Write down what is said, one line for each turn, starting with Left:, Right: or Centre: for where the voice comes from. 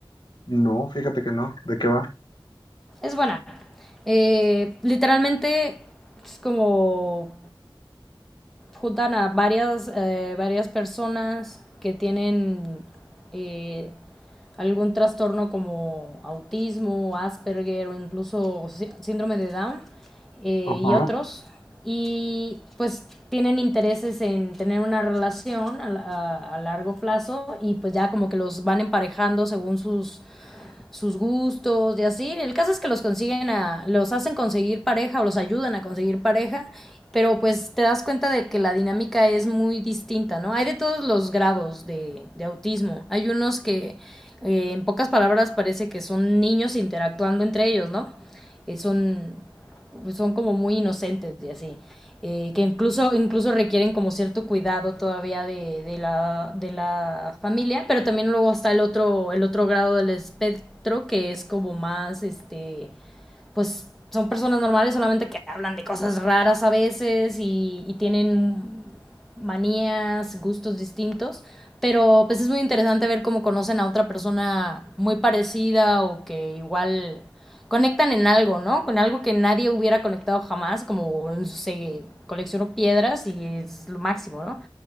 Left: No, fíjate que no. ¿De qué va?
Centre: Es buena. Eh, literalmente es como juntan a varias, eh, varias personas que tienen eh, algún trastorno como autismo, Asperger o incluso sí- síndrome de Down eh,
Left: Ajá,
Centre: y otros. Y pues tienen intereses en tener una relación a, la- a- a largo plazo y pues ya como que los van emparejando según sus sus gustos y así. El caso es que los consiguen a, los hacen conseguir pareja o los ayudan a conseguir pareja, pero pues te das cuenta de que la dinámica es muy distinta, ¿no? Hay de todos los grados de, de autismo. Hay unos que, eh, en pocas palabras, parece que son niños interactuando entre ellos, ¿no? Eh, son, pues, son como muy inocentes y así eh, que incluso, incluso requieren como cierto cuidado todavía de, de, la, de la familia, pero también luego está el otro, el otro grado del espectro que es como más, este, pues son personas normales, solamente que hablan de cosas raras a veces y, y tienen manías, gustos distintos. Pero pues es muy interesante ver cómo conocen a otra persona muy parecida o que igual conectan en algo, ¿no? Con algo que nadie hubiera conectado jamás, como no sé, colecciono piedras y es lo máximo, ¿no?